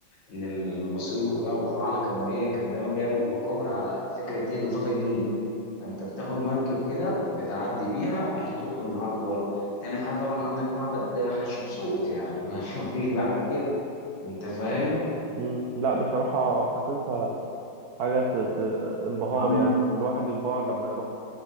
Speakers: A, on the left (about 65°); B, on the right (about 85°).
A: إن المصريين القدماء والفراعنة كانوا إيه كانوا دايما بيعملوا مقابر على فكرة إيه ضفاف النيل انت بتاخد مركب كده بتعدي بيها عشان تدخل معبد ورا تاني حاجه طبعا عندك معبد حتشبسوت يعني <laughs> مفيش
B: امم
A: بعد كده انت فاهم
B: امم لا بصراحه حاسسها حاجه ت- ت- انبهار
A: وعندك
B: يعني الواحد ينبهر لما يروح